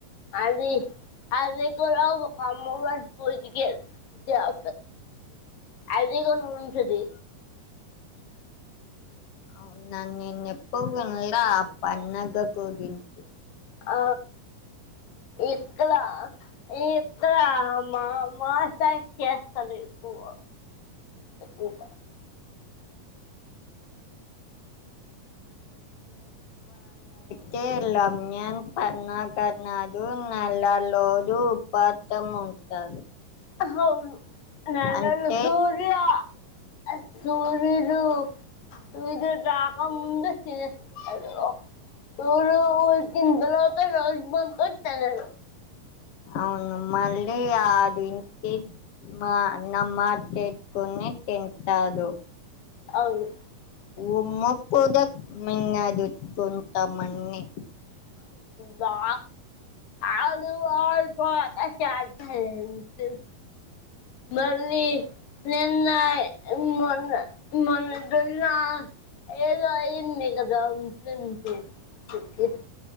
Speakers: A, on the left; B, on the left.
A: అది అది కూడ ఒక మోడల్ స్కూల్ కి వెళ్త అ అది కూడ ఉంటది
B: అవున నేను ఎప్పుడు తిన పండగ రోజు తింట <unintelligible>
A: ఆ ఇక్కడా ఇక్కడా మా మా సైడ్ చేస్తలేరు. ఎక్కువ ఎక్కువగ
B: చే లమ్యన్ పన్నగ నాడు నల లోజు ఉపాతము ఉంటారు.
A: అవును నెల
B: అంటే
A: రోజులా అ సూర్యుడూ నువ్ ఇటు రాక ముందు తినేస్తారు సూర్యుడు పోయి వచ్చిన్ తర్వాత రోజు మొత్తం తెలీదు
B: అ అవును మళ్ళీ ఆ అది ఇన్ కేస్ మా నమాజ్ చేసుకొని ఇంతాలో
A: అవును
B: ఉమ్మ కుదక్ మీన్న చూస్కుంటాం మన్ని
A: బావ ఆలువా పోహా <unintelligible> మళ్ళీ నిన్నాయి మొన్న మొన్న దున్నా ఏదో అయింది కదా ముస్లిమ్కి <inaudible> ఇస్